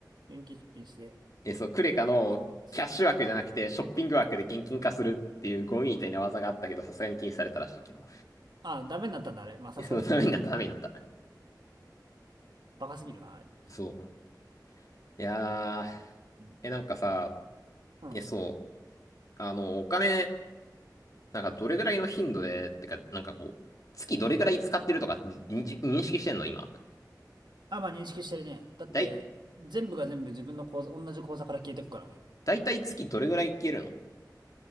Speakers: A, on the right; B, on the left.
A: う。現金出品して
B: え、そう、クレカのキャッシュ枠じゃなくて、
A: 買おうっつって。
B: ショッピング枠で現金化するっていうゴミみたいな技があったけど、さすがに禁止されたらしいけど。
A: ああ、ダメになったんだ、あれ。まあ、さすがにか。
B: いや、そのためになった、ためになった。
A: バカすぎるな、あれ。
B: そう。いやー、
A: うん。
B: え、なんかさ、
A: うん。
B: え、そう、あの、お金、なんかどれぐらいの頻度で、ってか、なんかこう、月どれぐらい使ってるとか認認識してんの今。
A: あ、まあ、認識してるね。だって、
B: だい、
A: 全部が全部自分の口座、同じ口座から消えてくからね。
B: だいたい月どれぐらい消えるの